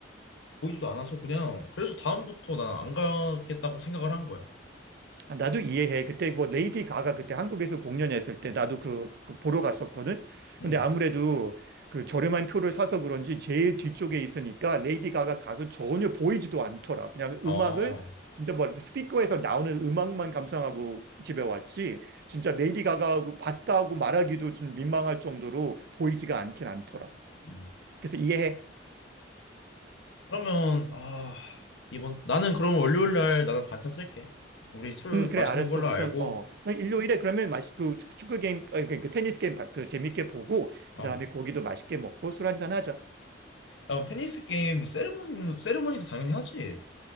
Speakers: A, on the left (about 75°); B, on the right (about 60°).
A: 보이지도 않아서 그냥 그래서 다음부터 난 안 가겠다고 생각을 한 거야.
B: 아, 나도 이해해. 그때 뭐 레이디 가가 그때 한국에서 공연했을 때 나도 그, 그 보러 갔었거든.
A: 음.
B: 근데 아무래도 그 저렴한 표를 사서 그런지 제일 뒤쪽에 있으니까 레이디 가가 가서 전혀 보이지도 않더라. 그냥
A: 어,
B: 음악을 진짜 뭐 스피커에서 나오는 음악만 감상하고 집에 왔지. 진짜 레이디 가가하고 봤다고 말하기도 좀 민망할 정도로 보이지가 않긴 않더라.
A: 음.
B: 그래서 이해해.
A: 그러면, 아, 이번, 나는 그럼 월요일 날 나는 반차 쓸게. 우리 술
B: 음, 그래,
A: 마시는
B: 알았어.
A: 걸로
B: 우선,
A: 알고,
B: 어, 그 일요일에 그러면 맛있, 그 축구 게임, 아니, 그, 그 테니스 게임 바- 그 재밌게 보고, 그
A: 어.
B: 다음에
A: 야,
B: 고기도 맛있게 먹고 술 한잔 하자.
A: 그럼 테니스 게임, 세레모니, 세레모니도 당연히 하지.